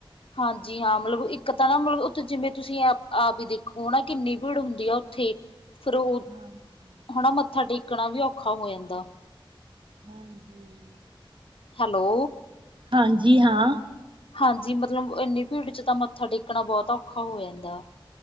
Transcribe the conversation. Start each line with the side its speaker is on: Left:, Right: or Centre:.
Left: ਹਾਂਜੀ ਹਾਂ, ਮਤਲਬ ਇੱਕ ਤਾਂ ਨਾ ਮਤਲਬ ਉੱਥੇ ਜਿਵੇਂ ਤੁਸੀਂ ਆ ਆਪ ਹੀ ਦੇਖੋ ਨਾ ਕਿੰਨੀ ਭੀੜ ਹੁੰਦੀ ਆ ਉੱਥੇ। ਫਿਰ ਉਹ ਉਥ
Right: ਹਾਂਜੀ
Left: ਹਨਾਂ, ਮੱਥਾ ਟੇਕਣਾ ਵੀ ਔਖਾ ਹੋ ਜਾਂਦਾ।
Right: ਹਾਂਜੀ।
Left: ਹੈਲੋ
Right: ਹਾਂਜੀ ਹਾਂ।
Left: ਹਾਂਜੀ ਮਤਲਬ ਇੰਨੀ ਭੀੜ ਚ ਤਾਂ ਮੱਥਾ ਟੇਕਣਾ ਬਹੁਤ ਔਖਾ ਹੋ ਜਾਂਦਾ।